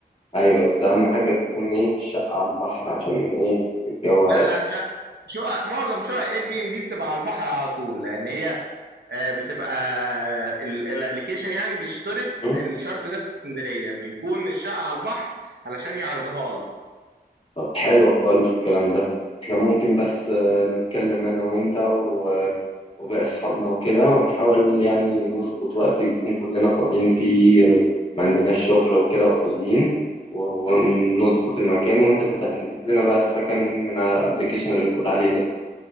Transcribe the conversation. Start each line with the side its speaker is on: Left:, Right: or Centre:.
Left: ايوه بس اهم حاجه تكون ايه الشقه على البحر عشان ايه الجو هيبقى
Right: لا لا شقق شقق- معظم شقق اير بي ام بي بتبقى على البحر على طول لان هي آه، بتبقى الابلكيشن يعني بيشترط
Left: مم.
Right: الشرط ده في اسكندريه ان يكون الشقه على البحر علشان يعرضها لك
Left: طب حلو خالص الكلام ده احنا ممكن بس آه، نتكلم انا وانت و- وباقي اصحابنا وكده ونحاول يعني نظبط وقت يكون كلنا فاضيين فيه ما عندناش شغل وكده وفاضيين و- ونظبط المكان وانت تبقى تحجز لنا بقى السكن من على الابلكيشن اللي بتقول عليه ده